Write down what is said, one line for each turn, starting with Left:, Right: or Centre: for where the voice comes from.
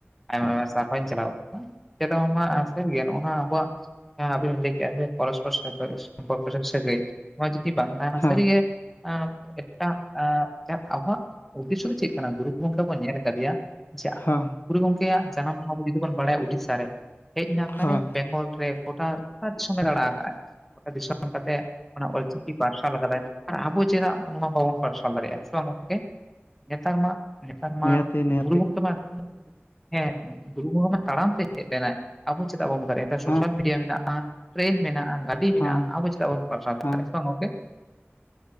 Centre: ᱟᱭᱢᱟ ᱟᱭᱢᱟ ᱥᱟᱨᱦᱟᱣ ᱤᱧ ᱪᱟᱞ ᱟᱠᱚ ᱠᱟᱱᱟ ᱪᱮᱫᱚᱢ ᱱᱚᱣᱟ ᱥᱮᱨ ᱜᱮᱭᱟ ᱱᱟᱣᱟ ᱟᱵᱚᱣᱟᱜ ᱡᱟᱦᱟ ᱵᱤᱱ ᱞᱟᱹᱭ ᱠᱮᱫᱮᱜ ᱡᱮ ᱯᱚᱨᱚᱥᱯᱚᱨ ᱥᱚᱢᱯᱚᱨᱠᱚ ᱥᱮ ᱥᱟᱹᱜᱟᱹᱭ ᱱᱚᱣᱟ ᱡᱩᱫᱤ ᱵᱟᱝ ᱛᱟᱦᱮᱸ ᱱᱟ
Left: ᱦᱮᱸ
Centre: ᱥᱟᱹᱨᱤ ᱜᱮ ᱮᱴᱟᱜ ᱮ ᱡᱟᱦᱟ ᱟᱵᱚᱣᱟᱜ ᱩᱫᱽᱫᱮ ᱥᱚ ᱫᱚ ᱪᱮᱫ ᱠᱟᱱᱟ ᱜᱩᱨᱩ ᱜᱚᱢᱠᱮ ᱵᱚᱱ ᱧᱮᱞ ᱠᱟᱫᱮᱭᱟ ᱡᱟ
Left: ᱦᱮᱸ
Centre: ᱜᱩᱨᱩ ᱜᱚᱢᱠᱮᱭᱟᱜ ᱡᱟᱱᱟᱢ ᱴᱷᱟᱶ ᱫᱚ ᱡᱩᱫᱤ ᱵᱚ ᱵᱟᱲᱟᱭᱟ ᱩᱰᱤᱥᱥᱟ ᱨᱮ ᱦᱮᱡ ᱱᱟ ᱠᱟᱨᱮ
Left: ᱦᱳᱭ
Centre: ᱵᱮᱝᱜᱚᱞ ᱨᱮ ᱜᱳᱴᱟ ᱜᱚᱴᱟ ᱫᱤᱥᱚᱢ ᱮ ᱫᱟᱬᱟ ᱠᱟᱜᱟ ᱟᱭ ᱜᱚᱴᱟ ᱫᱤᱥᱚᱢ ᱠᱟᱛᱮᱫ ᱚᱱᱟ ᱚᱞᱪᱤᱠᱤ ᱯᱟᱨᱥᱟᱞ ᱟᱠᱟᱫᱟᱭ ᱟᱨ ᱟᱵᱚ ᱪᱮᱫᱟᱜ ᱚᱱᱟ ᱵᱟᱵᱚ ᱯᱟᱨᱥᱟᱞ ᱫᱟᱲᱮᱭᱟᱜᱼᱟ ᱥᱮ ᱵᱟᱝ ᱜᱚᱢᱠᱮ ᱱᱮᱛᱟᱨ ᱢᱟ, ᱱᱮᱛᱟᱨ ᱢᱟ
Left: ᱱᱤᱦᱟᱹᱛᱤ ᱱᱤᱦᱟᱹᱛᱤ
Centre: ᱜᱩᱨᱩ ᱜᱚᱢᱠᱮ ᱢᱟ ᱦᱮᱸ ᱜᱩᱨᱩ ᱜᱚᱢᱠᱮ ᱢᱟ ᱛᱟᱲᱟᱢᱛᱮ ᱦᱮᱡ ᱞᱮᱱᱟᱭ, ᱟᱵᱚ ᱪᱮᱫᱟᱜ ᱵᱟᱵᱚᱱ ᱫᱟᱲᱮᱭᱟᱜᱼᱟ ᱱᱤᱛᱚᱜ ᱥᱳᱥᱟᱞ
Left: ᱦᱮᱸ
Centre: ᱢᱤᱰᱤᱭᱟ ᱢᱮᱱᱟᱜᱼᱟ, ᱴᱨᱮᱹᱱ ᱢᱮᱱᱟᱜᱼᱟ ᱜᱟᱹᱰ ᱴᱤ ᱢᱮᱱᱟᱜᱼᱟ
Left: ᱦᱮᱸ
Centre: ᱟᱵᱚ ᱪᱮᱫᱟᱜ ᱵᱟᱝ ᱵᱚᱱ ᱯᱟᱲᱟᱣ ᱫᱟᱲᱮᱭᱟᱜᱼᱟ
Left: ᱦᱮᱸ
Centre: ᱦᱮ ᱥᱮ ᱵᱟᱝ ᱜᱚᱢᱠᱮ